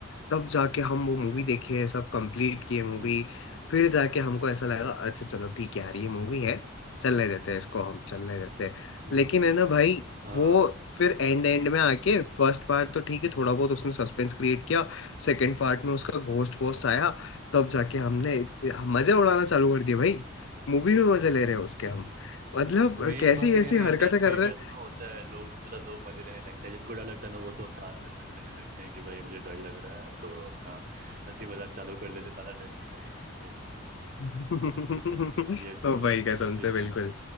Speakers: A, on the left; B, on the right.
A: तब जाके हम वो मूवी देखे सब कंप्लीट किए मूवी
B: हम्म हम्म,
A: फिर जाके हमको ऐसा लगा अच्छा चलो ठीक है यार ये मूवी है चलने देते हैं इसको हम चलने देते हैं
B: हम्म,
A: लेकिन है ना भाई
B: हाँ
A: वो फिर एंड एंड में आके फर्स्ट पार्ट तो ठीक है थोड़ा बहुत उसने सस्पेंस क्रिएट किया सेकंड पार्ट में उसका घोस्ट वोस्ट आया तब जाके हमने मजे उड़ाना चालू कर दिया भाई मूवी में मजे
B: <laughs>
A: ले रहे हैं उसके हम मतलब
B: मेन
A: कैसी
B: बात
A: कैसी
B: है यहाँ
A: हरकतें
B: इंडियन
A: कर
B: थिएटर्स
A: रहे हैं
B: में होता है लोग मतलब लोग मजे लेने लगते हैं जिनको डर लगता है ना वो तो खास पे मजे लेने लगते हैं कि भाई मुझे डर लग रहा है तो अपना हंसी मजाक चालू कर देते ज्यादा डर नहीं लगे क्योंकि
A: <laughs>
B: <laughs> ये
A: तो
B: तो है
A: भाई कसम
B: ये सब चीज़ें
A: से बिल्कुल
B: हैं